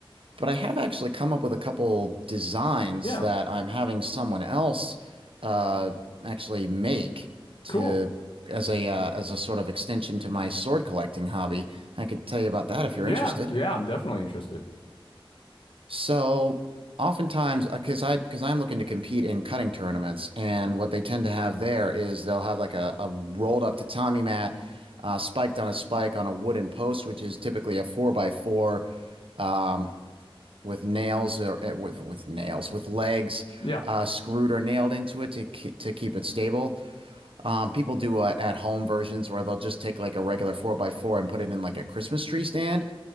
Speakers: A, on the right; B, on the left.
A: but I have actually come up with a couple designs
B: yeah.
A: that I'm having someone else uh actually make to
B: Cool.
A: as a uh, as a sort of extension to my sword collecting hobby. I could tell you about that if you're
B: Yeah,
A: interested.
B: yeah, I'm definitely interested.
A: So oftentimes, because I because I'm looking to compete in cutting tournaments, and what they tend to have there is they'll have like a, a rolled up tatami mat, uh, spiked on a spike on a wooden post, which is typically a four by four, um, with nails or uh, with with nails with legs,
B: Yeah,
A: uh, screwed or nailed into it to ke- to keep it stable. Um, people do uh, at home versions where they'll just take like a regular four by four and put it in like a Christmas tree stand